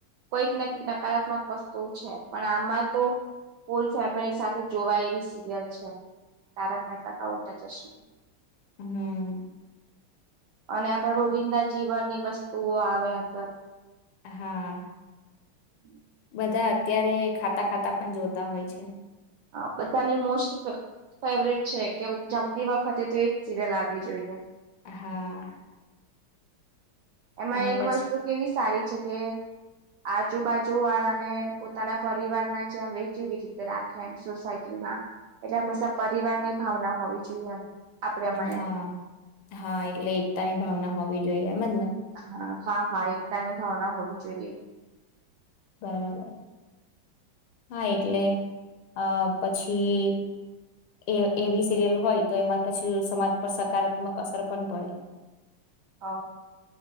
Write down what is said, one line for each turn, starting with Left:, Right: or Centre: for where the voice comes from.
Right: કઈક ને કઈક નકારાત્મક વસ્તુ છે પણ આમાં તો ફૂલ ફેમિલી સાથે જોવાય એવી સી યલ છે. તારક મહેતા કા ઉલટા ચશ્મા.
Left: હમ્મ.
Right: અને આપડા રોજિંદા જીવન ની વસ્ તુ આવે અંદર
Left: હા.
Right: <inaudible>
Left: બધા અત્યારે ખાતા-ખાતા પણ જોતા હોય છે.
Right: હા, બધાની મોસ્ટ ફ ફેવરેટ છે કે જમતી વખતે તો એજ સિરિયલ આવી જોઈએ
Left: હા
Right: એમાં
Left: અને
Right: એક
Left: પછી
Right: વસ્તુ કેવી સારી છે કે આજુબાજુ વાળાને પોતાના પરિવારના જેમ એવી એવી જ રીતે રાખે એમ સોસાયટીમાં એટલે હંમેશા પરિવારની ભાવના હોવી જોઈએ એમ આપડે એમાં
Left: હા,
Right: એમ
Left: હા, એટલે એકતાની ભાવના હોવી જોઈએ એમજ ને
Right: હા, હા, હા એકતાની ભાવના હોવી જોઈએ
Left: બરાબર. હા એટલે અ પછી એ એવી સિરિયલ હોય તો એમાં પછી સમાજ પર સકારાત્મક અસર પણ પડે.
Right: હ